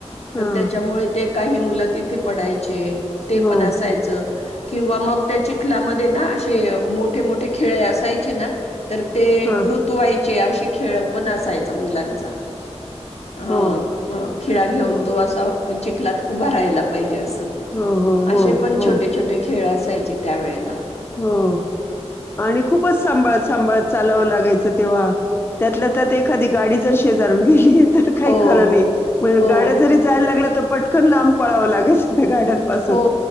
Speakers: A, on the left; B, on the left.
A: हा
B: तर त्याच्यामुळे ते काही मुलं तिथे पडायचे ते
A: हो
B: पण असायचं किंवा मग त्या चिखलामध्ये ना असे मोठे मोठे खिळे असायचे ना तर ते
A: ह
B: ऋतूवाई जे असे खेळ पण असायचा मुलांचा हा
A: हो हो
B: मग खिळा घेऊन
A: हो
B: तो असा मग चिखलात उभा राहायला पाहिजे असं
A: हो हो
B: असे पण
A: हो
B: छोटे छोटे खेळ असायचे त्यावेेळेला
A: हो आणि खूपच सांभाळत सांभाळत चालावं लागायचं तेव्हा त्यातल्या त्यात एखादी गाडी जर शेजारून गेली काय
B: हो
A: खर नई
B: हो
A: गाड्या जरी जायला लागल्या तर पटकन लांब पळावं लागेच त्या गाड्यांचे पासून
B: हो